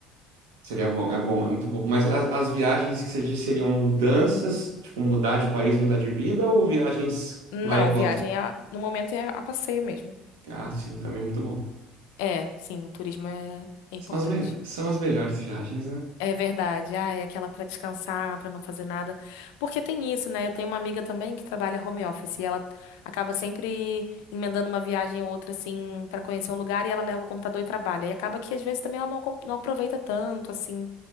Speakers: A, on the right (about 85°); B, on the left (about 75°).
A: Seria bom, é bom, é muito bom. Mas a- as viagens que você diz seriam mudanças, tipo mudar de país, mudar de vida, ou viagens
B: Não,
A: vai e volta?
B: viagem é a- no momento é a passeio mesmo.
A: Ah, sim, também é muito bom.
B: É, sim, o turismo é, é importante.
A: São as, melho- são as melhores viagens, né?
B: É verdade. Ah, é aquela pra descansar, pra não fazer nada. Porque tem isso, né? Eu tenho uma amiga também que trabalha home office e ela acaba sempre emendando uma viagem ou outra assim pra conhecer um lugar e ela leva o computador e trabalha. E acaba que às vezes também ela não, acom- não aproveita tanto assim